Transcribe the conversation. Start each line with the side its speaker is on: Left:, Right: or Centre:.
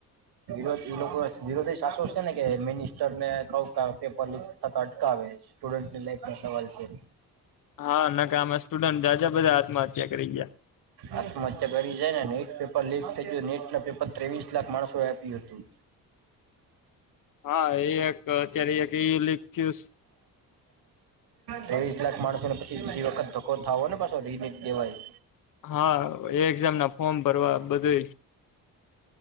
Right: <inaudible> એ લોકો વિરોધી શાસવશ. તને કેહ મેની. સરને કહ ક પેપર લીક થતા અટકાવે, સ્ટુડન્ટની લાઈફ નો સવાલ છે.
Left: હા નકા આમાં સ્ટુડન્ટ જાજા બધા આત્મહત્યા કરી ગયા
Right: આત્મહત્યા કરી જાય નેટ એક પેપર લીક થઈ એ નેટ ના પેપર ત્રેવીસ લાખ માણસો આપ્યું હતું.
Left: હા એ એક અત્યારે એક ઈ લીક થયું
Right: ત્રેવીસ લાખ માણસ તો ને પછી બીજી વખત ધકો થાવો ને પાછો રીમિક્ દેવાય.
Left: હા, એ એક્ઝામ ના ફોર્મ ભરવા બધું એ